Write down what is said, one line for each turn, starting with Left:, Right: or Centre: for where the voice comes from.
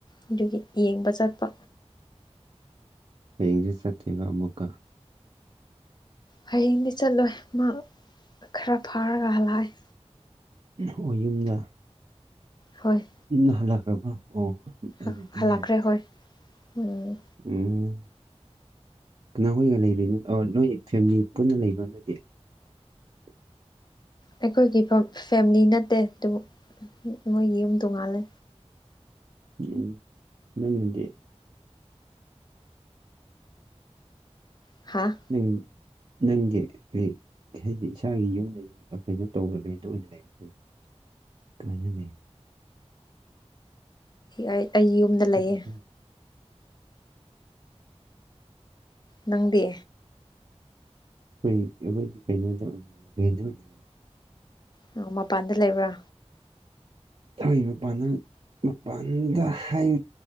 Left: ꯑꯗꯨꯒꯤ ꯌꯦꯡꯕ ꯆꯠꯄ
Right: ꯍꯌꯦꯡꯖꯨ ꯆꯠꯇꯨꯏꯕ ꯑꯃꯨꯛꯀ
Left: ꯍꯌꯦꯡꯗꯤ ꯆꯠꯂꯣꯏ ꯃꯥ ꯈꯔ ꯐꯥꯔꯒ ꯍꯜꯂꯛꯑꯦ
Right: ꯑꫭ ꯌꯨꯝꯗ
Left: ꯍꯣꯏ
Right: ꯌꯨꯝꯗ ꯍꯜꯂꯛꯈ꯭ꯔꯥꯕꫭ ꯑꯣ ꯑꯗꯨꯗꯤ
Left: ꯑꫭ ꯍꯜꯂꯛꯈ꯭ꯔꯦ
Right: ꯌꯥꯏꯅꯦ
Left: ꯍꯣꯏ ꯎꯝ
Right: ꯎꯝ ꯀꯅꯥꯈꯣꯏꯒ ꯂꯩꯔꯤꯅꫭ ꯑꯥꯎ ꯅꯣꯏ ꯐꯦꯃꯤꯂꯤ ꯄꯨꯟꯅ ꯂꯩꯕ꯭ꯔꯥ ꯅꯣꯏꯗꯤ <inaudible>
Left: ꯑꯩꯈꯣꯏꯒꯤ ꯐꯝ ꯐꯦꯃꯤꯂꯤ ꯅꯠꯇꯦ ꯗꯨꯕꯨ ꯃꯣꯏꯒꯤ ꯌꯨꯝ ꯇꯣꯡꯉꯥꯜꯂꯦ
Right: ꯎꯝ ꯅꯪꯗꯤ
Left: ꯍꯥꯥ
Right: ꯅꯤꯡ ꯅꯪꯗꯤ ꯍꯩ ꯍꯥꯏꯗꯤ ꯏꯁꯥꯒꯤ ꯌꯨꯝꯗ ꯌꯨꯝ ꯑꯩ ꯀꯩꯅꯣ ꯇꯧꯔ ꯔꯦꯟꯗ ꯑꯣꯏꯅ ꯂꯩꯕꯅꯦ ꯀꯥꯢꯅꯅꯤ
Left: ꯑꯩ ꯑꯩ ꯌꯨꯝꯗ ꯂꯩꯌꯦ
Right: ꯑꯩꯈꯣꯏ
Left: ꯅꯪꯗꯤ
Right: ꯈꯣꯏ ꯑꯈꯣꯏꯗꯤ ꯀꯩꯅꯣꯗ ꯕꯦꯟꯗ ꯑꯣꯏꯅꯤꯡꯉꯦ
Left: ꯅꯪ ꯃꯄꯥꯟꯗ ꯂꯩꯕ꯭ꯔꯥ
Right: ꯍꯣꯢ ꯃꯄꯥꯟꯗꯥ ꯃꯄꯥꯟꯗꯥ ꯍꯥꯏ